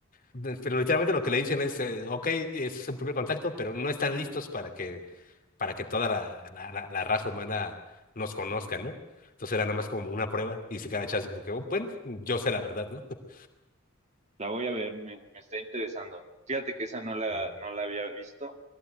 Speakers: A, on the left; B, on the right.
A: De- Pero literalmente lo que le dicen es, eh, ok, es un primer contacto, pero no están listos para que, para que toda la, la, la- la raza humana nos conozca, ¿no? Entonces era nada más como una prueba y se queda echado así como que, "Oh, bueno, yo sé la verdad, ¿no? <laughs>
B: la voy a ver, me, me está interesando. Fíjate que esa no la,
A: Sí.
B: no la había visto.